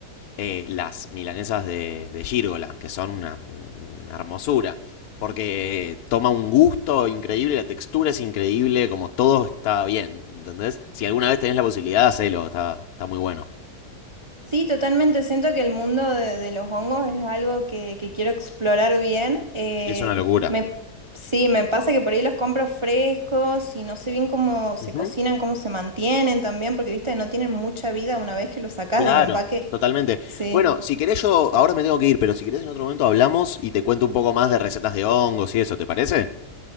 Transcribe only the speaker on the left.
eh, las milanesas de, de Gírgola, que son una, una hermosura. Porque toma un gusto increíble, la textura es increíble, como todo está bien, ¿entendés? Si alguna vez tenés la posibilidad, hacelo, está, está muy bueno.
Es una locura.
Ujú,
Claro,
totalmente.
Bueno, si querés yo, ahora me tengo que ir, pero si querés en otro momento hablamos y te cuento un poco más de recetas de hongos y eso, ¿te parece?